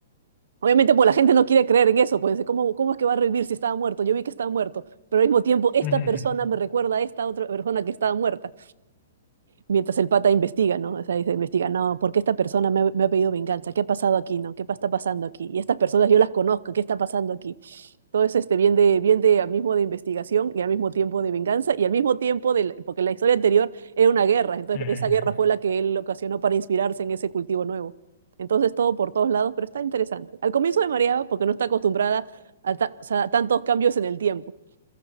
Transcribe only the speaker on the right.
Obviamente, pues la gente no quiere creer en eso, pues ¿cómo, cómo es que va a revivir si estaba muerto? Yo vi que estaba muerto, pero al mismo tiempo esta
persona me recuerda a esta otra persona que estaba muerta, mientras el pata investiga, ¿no? O sea, dice, investiga, no, ¿por qué esta persona me, ha- me ha pedido venganza? ¿Qué ha pasado aquí, no? ¿Qué pa- está pasando aquí? Y estas personas yo las conozco, ¿qué está pasando aquí? todo es este bien de bien de al mismo de investigación y al mismo tiempo de venganza y al mismo tiempo de la- porque la historia anterior era una guerra, entonces
esa guerra fue la que él ocasionó para inspirarse en ese cultivo nuevo. Entonces todo por todos lados, pero está interesante. Al comienzo me mareaba porque no está acostumbrada a, ta, o sea, a tantos cambios en el tiempo,